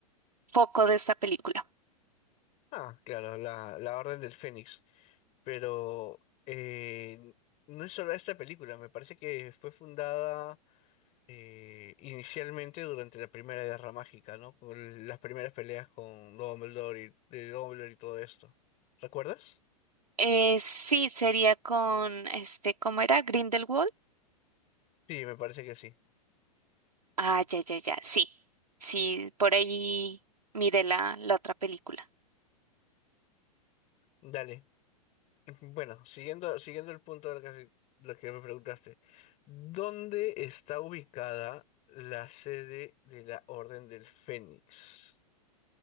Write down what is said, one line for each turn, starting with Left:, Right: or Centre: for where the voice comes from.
Right: foco de esta película?
Left: Ah, claro, la, la Orden del Fénix. Pero eh, no es solo esta película, me parece que fue fundada eh, inicialmente durante la Primera Guerra Mágica, ¿no? Con las primeras peleas con Dumbledore y, de Dumbledore y todo esto. ¿Recuerdas?
Right: Eh, sí, sería con, este, ¿cómo era? Grindelwald.
Left: Sí, me parece que sí.
Right: Ah, ya, ya, ya, sí. Sí, por ahí mire la, la otra película.
Left: Dale. Bueno, siguiendo, siguiendo el punto de lo que, lo que me preguntaste, ¿dónde está ubicada la sede de la Orden del Fénix?